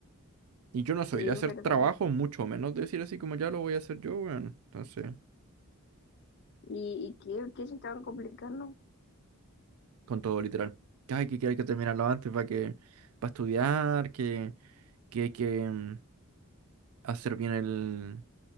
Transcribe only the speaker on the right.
Y yo no
soy de hacer
trabajo, mucho menos de decir así como ya lo voy a hacer yo, weón. Entonces,
con todo literal. Que hay que, que hay que terminarlo antes para que, para estudiar, que, que hay que mm, hacer bien el,